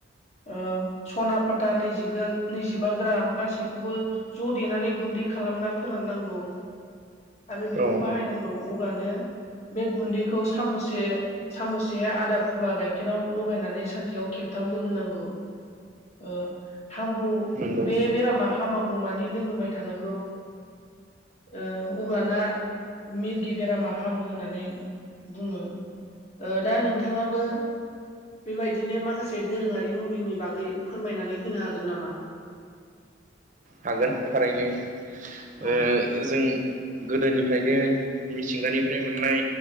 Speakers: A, on the left (about 35°); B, on the right (about 40°).
A: ओ सना फाथा नैजि नैजिबा ग्राम गासैखौबो ज' देनानै गुन्दै खालामना फोराननांगौ आरो बेखौ
B: औ
A: बाहायनांगौ। अगानो बे गुन्दैखौ साम'से साम'से आदा फुवा गाइखेराव लगायनानै सानसेयाव खेब थाम लोंहोनांगौ ओ हामगौ
B: नंगौ
A: बे बेरामा हामा गौ मानि लोंहोबाय थानांगौ। ओ अब्लाना मिरगि बेरामा हामो होननानै बुङो ओ दा नोंथाङाबो बेबायदिनो माखा से दोरोङारि मुलिनि बागै फोरमायनानै होनो हागोन नामा?
B: हागोन थारैनो
A: औ
B: ओ जों गोदोनिफ्रायनो मिथिंगानिफ्राय मोननाय